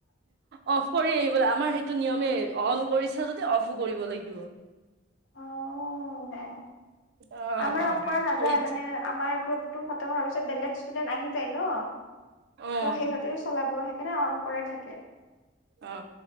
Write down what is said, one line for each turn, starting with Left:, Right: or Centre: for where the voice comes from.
Right: অফ কৰি আহিব লাগে। আমাৰ সেইটো নিয়মে অন কৰিছা যদি অফো কৰিব লাগিব।
Left: অহ
Right: অ'
Left: আমাৰ অফ কৰা নাযায়
Right: সেই
Left: মানে আমাৰ গ্ৰুপ টো খতম হোৱাৰ পিছত বেলেগ ষ্টুডেন্ট আহি যায় ন।
Right: অ'
Left: ত' সিহতেও চলাব সেইকাৰণে অন কৰাই থাকে।
Right: অ